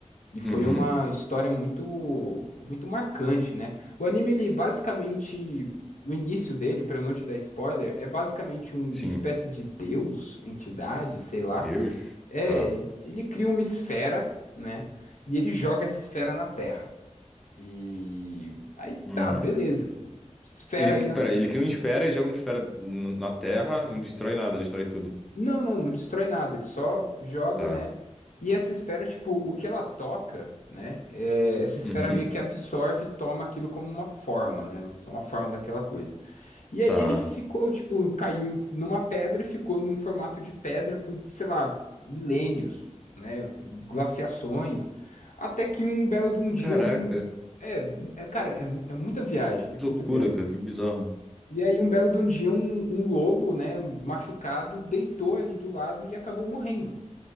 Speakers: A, on the left (about 85°); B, in the centre.
A: E foi
B: Uhum,
A: uma história muito muito marcante, né? O anime, ele basicamente, o início dele, para eu não te dar spoiler, é basicamente um-
B: sim.
A: uma espécie de deus, entidade, sei
B: Deus?
A: lá. É,
B: Tá.
A: ele cria uma esfera, né? E ele joga essa esfera na Terra. E aí
B: Hum.
A: tá, beleza. Esfera
B: Ele, ele-
A: aí na
B: pera, ele cria uma esfera e joga uma esfera n- na Terra e não destrói nada, destrói tudo.
A: Não, não, não destrói nada, ele só joga,
B: Tá.
A: né? E essa esfera, tipo, o que ela toca, né? é, essa esfera
B: Uhum,
A: meio que absorve e toma aquilo como uma forma, né? Uma forma daquela coisa. E aí
B: tá.
A: ele ficou, tipo, caiu em- numa pedra e ficou num formato de pedra por, sei lá, milênios, né? Glaciações. Até que um belo de um dia,
B: Caraca,
A: um. É, é, cara, é, mu- é muita viagem,
B: que loucura,
A: muita viagem.
B: cara, que bizarro.
A: E aí, um belo de um dia, um, um lobo, né, machucado, deitou ali do lado e acabou morrendo.